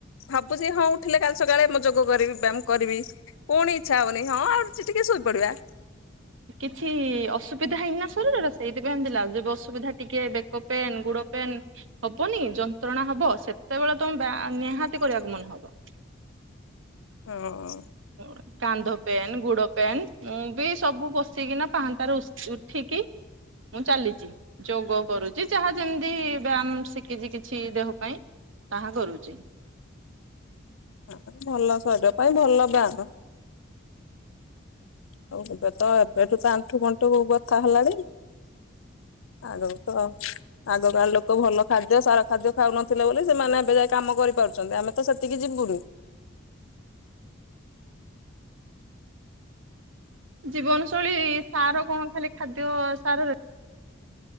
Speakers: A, on the left; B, on the right.
A: ଭାବୁଛି ହଁ ଉଠିଲେ କାଲି ସକାଳେ ମୁଁ ଯୋଗ କରିବି ମୁ କରିବି ପୁଣି ଇଚ୍ଛା ହଉନିଁ ଆଉଛି ଟିକେ ଶୋଇପଡିବା।
B: କିଛି ଅସୁବିଧା ହେଇନା ଶରୀରରେ ସେଇଥିପାଇଁମ ଥିଲା ଯେ ଅସୁବିଧା ଟିକେ ବେକ ପେନ୍ ଗୁଡ ପେନ୍ ହବନି ଯନ୍ତ୍ରଣା ହବ ସେତେବେଳେ ତମେ ନିହାତି କରିବାକୁ ମନେ ହବ।
A: ହଁ
B: ହଉ କାନ୍ଧ ପେନ୍ ଗୁଡ ପେନ୍ ମୁଁ ବି ସବୁ ବସିକିନା ପାହାନ୍ତାରେ ଉଠିକି ମୁଁ ଚାଲିଛି ଯୋଗ କରୁଛି ଯାହା ଯେମିତି ବ୍ୟାୟାମ ଶିଖିଛି କିଛି ଦେହ ପାଇଁ ତାହା କରୁଛି।
A: ହଁ ଭଲ ଶରିର ପାଇଁ ଭଲ ବାମ। ଆଉ ଏବେ ତ ଏବେଠୁ ତ ଆଣ୍ଠୁ ଗଣ୍ଠୁ ବଥା ହେଲାଣି। ଆଉ ତ ଆଗକାଳ ଲୋକ ଭଲ ଖାଦ୍ୟ ସାର ଖାଦ୍ୟ ଖାଉନଥିଲେ ବୋଲି ସେମାନେ ଏବେ ଯାଏ କାମ କରିପାରୁଛନ୍ତି ଆମେ ତ ସେତିକି ଯିବୁନି।
B: ଜୀବନଶୈଳୀ ସାର କଣ ଖାଲି ଖାଦ୍ୟ ସାର